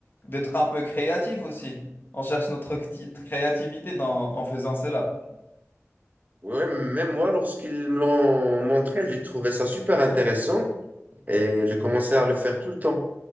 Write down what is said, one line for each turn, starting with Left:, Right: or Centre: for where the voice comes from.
Left: d'être un peu créatif aussi. On cherche notre cti- créativité dans, en faisant cela.
Right: Ouais, même moi, lorsqu'ils me l'ont montré, j'ai trouvé ça super intéressant et j'ai commencé à le faire tout le temps.